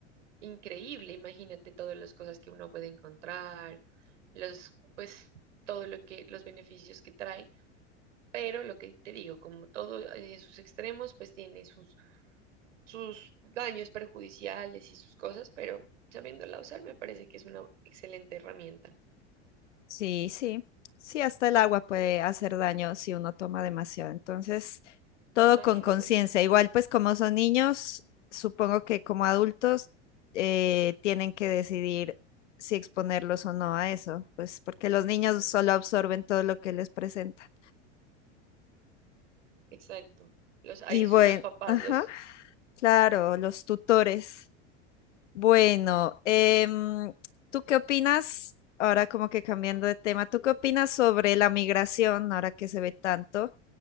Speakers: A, on the right; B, on the left.
A: increíble, imagínate todas las cosas que uno puede encontrar, los, pues, todo lo que, los beneficios que trae Pero lo que te digo, como todo en sus extremos, pues tiene sus, sus daños perjudiciales y sus cosas, pero sabiéndola usar me parece que es una excelente herramienta.
B: Sí, sí, sí, hasta el agua puede hacer daño si uno toma demasiado. Entonces, todo
A: Imagínate.
B: con conciencia.
A: Ujú,
B: Igual, pues como son niños, supongo que como adultos eh, tienen que decidir si exponerlos o no a eso, pues porque los niños
A: ujú,
B: solo absorben todo lo que les presenta.
A: Exacto. Los, ahí
B: Y
A: son
B: bueno,
A: los papás,
B: ajá,
A: los,
B: claro,
A: ujú,
B: los tutores. Bueno, em, ¿tú qué opinas? Ahora como que cambiando de tema, ¿tú qué opinas sobre la migración ahora que se ve tanto?